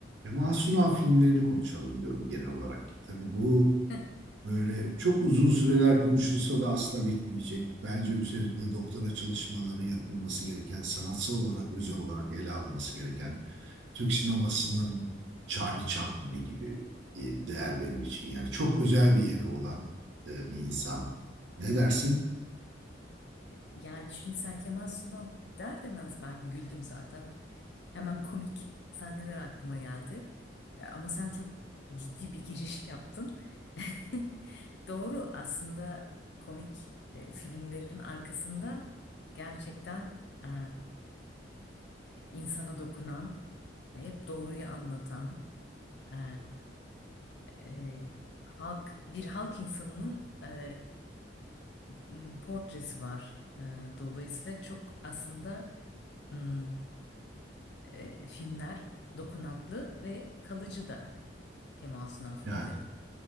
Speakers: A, on the right; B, on the left.
A: Kemal Sunal filmlerini konuşalım diyorum genel olarak. Tabii bu
B: <laughs> Hı.
A: böyle çok uzun süreler konuşulsa da asla bitmeyecek. Bence üzerinde doktora çalışmaları yapılması gereken, sanatsal olarak, özel olarak ele alınması gereken Türk sinemasının Charlie Chaplin'i gibi bir değer benim için. Yani çok özel bir yeri olan e, bir insan.
B: Hı.
A: Ne dersin?
B: Yani şimdi sen Kemal Sunal der demez ben güldüm zaten. Hemen komik sahneler aklıma geldi. E, Ama sen çok ciddi bir giriş yaptın. <laughs> Doğru aslında komik e, filmlerin arkasında gerçekten e, insana dokunan, hep doğruyu anlatan, e, e, halk bir halk insanının e, m, portresi var. E, Dolayısıyla çok aslında m, e, filmler dokunaklı ve kalıcı da Kemal Sunal filmleri.
A: Yani